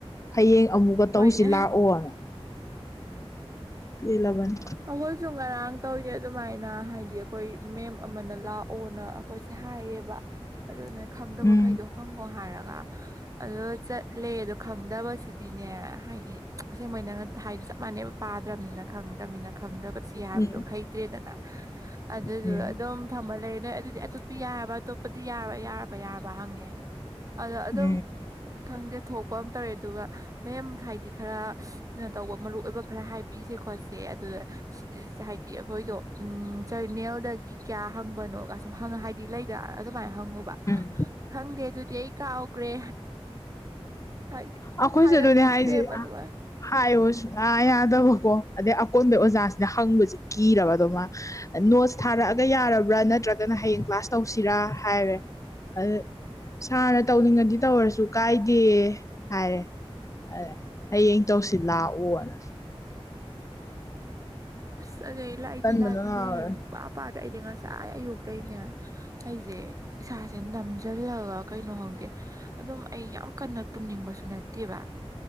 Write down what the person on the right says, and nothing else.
ꯍꯣꯏꯅꯦ
ꯑꯩꯈꯣꯏꯁꯨ ꯉꯔꯥꯡ ꯇꯧꯔꯤꯅꯦ ꯑꯗꯨꯃꯥꯏꯅ ꯍꯥꯏꯗꯤ ꯑꯩꯈꯣꯏ ꯃꯦꯝ ꯑꯃꯅ ꯂꯥꯛꯑꯣꯅ ꯑꯩꯈꯣꯏꯁꯦ ꯍꯥꯏꯌꯦꯕ ꯑꯗꯨ ꯅꯣꯏ ꯈꯪꯗꯕꯈꯩꯗꯣ
ꯍꯪꯉꯣ ꯍꯥꯏꯔꯒ ꯑꯗꯨꯒ ꯆꯠꯂꯦ ꯑꯗꯣ ꯈꯪꯗꯕꯁꯤꯗꯤꯅꯦ ꯍꯥꯏꯗꯤ ꯑꯁꯦꯡꯕꯩ ꯅꯪꯅ ꯍꯥꯏ ꯆꯞ ꯃꯥꯟꯅꯩꯕ ꯄꯥꯗ꯭ꯔꯃꯤꯅ ꯈꯪꯗ꯭ꯔꯃꯤꯅ ꯈꯪꯗꯕꯁꯤ ꯍꯥꯏꯕꯗꯣ
ꯍꯩꯇ꯭ꯔꯦꯗꯅ ꯑꯗꯨꯗꯨꯒ
ꯑꯗꯨꯝ ꯐꯝꯃꯥ ꯂꯩꯔꯦ ꯅꯣꯏ ꯑꯗꯨꯗꯤ ꯑꯇꯣꯞꯄ ꯌꯥꯔꯕ ꯑꯇꯣꯞꯄꯗꯤ ꯌꯥꯔꯕ ꯌꯥꯔꯕ ꯍꯪꯉꯦ ꯑꯗꯣ ꯑꯗꯨꯝ
ꯈꯪꯗꯦ ꯊꯣꯛꯄ ꯑꯃ ꯇꯧꯔꯦ ꯑꯗꯨꯒ ꯃꯦꯝ ꯍꯥꯏꯗꯤ ꯈꯔ ꯀꯩꯅꯣ ꯇꯧꯕ ꯃꯔꯨ ꯑꯣꯏꯕ ꯈꯔ ꯍꯥꯏꯕꯤꯁꯦ ꯈꯣꯠꯁꯦ ꯑꯗꯨ ꯍꯥꯏꯗꯤ ꯑꯩꯈꯣꯏꯗꯣ ꯎꯝ ꯖꯔꯅꯦꯜꯗꯒꯤ ꯀꯌꯥ ꯍꯪꯕꯅꯣꯒ ꯁꯨꯝ ꯍꯪꯉꯥ ꯍꯥꯏꯗꯤ ꯂꯩꯗ ꯑꯗꯨꯃꯥꯏꯅ ꯍꯪꯉꯨꯕ
ꯈꯪꯗꯦ ꯑꯗꯨꯗꯤ ꯑꯩ ꯀꯥꯎꯈ꯭ꯔꯦ ꯍꯥꯏꯗꯤ ꯑꯗꯨꯝ
ꯍꯥꯏꯔꯛꯈꯤꯗ꯭ꯔꯦꯕ
ꯑꯗꯨꯃꯥꯏꯅ
ꯆꯠꯅꯩ ꯂꯥꯛꯏꯗꯤ
ꯂꯥꯏꯛ ꯉꯁꯤꯁꯨ
ꯄꯥ ꯄꯥꯗ꯭ꯔ ꯑꯩꯗꯤ ꯉꯁꯥꯏ ꯑꯌꯨꯛ ꯑ ꯑꯇꯩꯅꯦ ꯑꯩꯁꯦ ꯏꯁꯥꯁꯦ ꯅꯝꯁꯤꯜꯂꯒ ꯀꯩꯅꯣ ꯈꯪꯗꯦ ꯑꯗꯨꯝ ꯑꯩ ꯌꯥꯝ ꯛ ꯀꯟꯅ ꯇꯨꯝꯅꯤꯡꯕꯁꯨ ꯅꯠꯇꯦꯕ